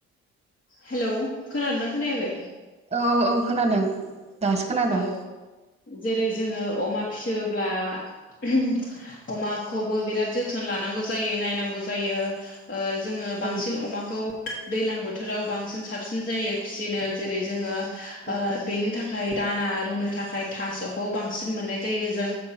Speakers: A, on the left; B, on the right.
A: हेल' खोनादोंना खोनायाखै?
B: औ औ खोनादों दासो खोनादों।
A: औ जेरै जोङो अमा फियोब्ला ओम अमाखौबो बिराद जोथोन लानांगौ जायो नायनांगौ जायो ओ जोङो
B: औ
A: बांसिन अमाखौ दैलां बोथोराव बांसिन साबसिन जायो फिसिनो जेरै जोङो ओ
B: औ
A: बेनि थाखाय दाना रुनो थाखाय थास'खौ बांसिन मोननाय जायो जों